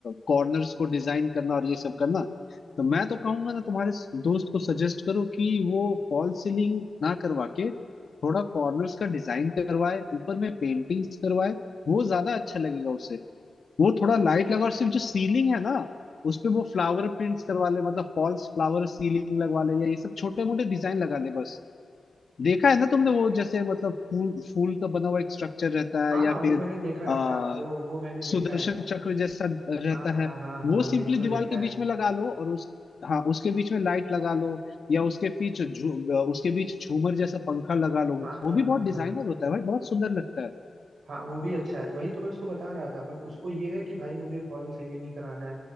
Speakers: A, on the left; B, on the right.
A: कॉर्नर्स को डिजाइन करना और ये सब करना तो मैं तो कहूंगा ना तुम्हारे स- दोस्त को सजेस्ट करो कि वो फॉल सीलिंग ना करवा के थोड़ा कॉर्नर्स का डिजाइन करवाए ऊपर में पेंटिंग्स करवाए वो ज्यादा अच्छा लगेगा उसे वो थोड़ा लाइट लगा और सिर्फ जो सीलिंग है ना उस पे वो फ्लावर प्रिंट्स करवा ले मतलब फॉल्स फ्लावर सीलिंग लगवा ले या ये सब छोटे मोटे डिजाइन लगा ले बस देखा है ना तुमने वो जैसे मतलब फूल फूल का बना हुआ एक स्ट्रक्चर रहता है
B: हाँ
A: या
B: हाँ वो
A: फिर
B: मैंने देखा
A: आ,
B: है हाँ वो वो मैंने
A: सुदर्शन
B: देखा है
A: चक्र जैसा रहता
B: हाँ हाँ
A: है
B: हाँ हाँ
A: वो सिंपली
B: बिल्कुल
A: दीवार
B: देखा
A: के बीच
B: है
A: में लगा लो और उस हाँ उसके बीच में लाइट लगा लो या उसके बीच झू- उसके बीच झूमर जैसा पंखा लगा लो
B: हाँ हाँ
A: वो भी बहुत
B: हाँ
A: डिजाइनर
B: हाँ
A: होता है भाई बहुत सुंदर लगता है
B: हाँ वो भी अच्छा है वही तो मैं उसको बता रहा था बट उसको ये है कि भाई मुझे फॉल सीलिंग ही कराना है